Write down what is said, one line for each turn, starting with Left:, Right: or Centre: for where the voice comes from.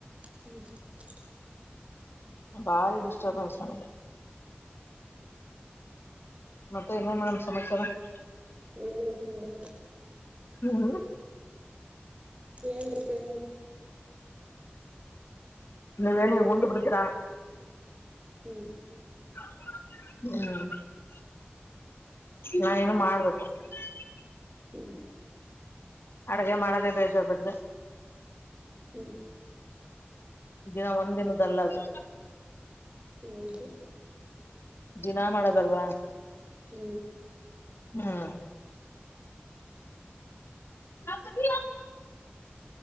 Right: ಹೂ <unintelligible>
Left: ಬಾರಿ ಡಿಸ್ಟರ್ಬನ್ಸ್ ನನಗೆ <unintelligible> ಮತ್ತೆ ಇನ್ನೇನ್ ಮೇಡಂ ಸಮಾಚಾರ? <unintelligible>
Right: ಹೇಳಬೇಕು ಮೇಡಂ ರ <unintelligible>
Left: ನೀವು <unintelligible>
Right: ಹೆಂಡರಿಗೆ. <unintelligible>
Left: ನೀವ ಹೇಳಿ ಉಂಡ್ ಬಿಡಿತ್ತಿರಾ? <unintelligible>
Right: ಹೂ <unintelligible>
Left: <inaudible> ಹ <unintelligible> ನಾ ಏನ್ ಮಾಡಬೇಕು. <unintelligible>
Right: ಹು <unintelligible>
Left: ಅಡಗೆ ಮಾಡೋದೇ ಬೇಜಾರ್ ಬಿಡರಿ <unintelligible>
Right: ಹ್ಮ
Left: ದಿನ ಒಂದಿನದಲ್ಲದು
Right: ಹೌದು
Left: ದಿನಾ ಮಾಡದಲ್ವಾ
Right: ಹ್ಮ
Left: ಹಾ ಕಕದಯ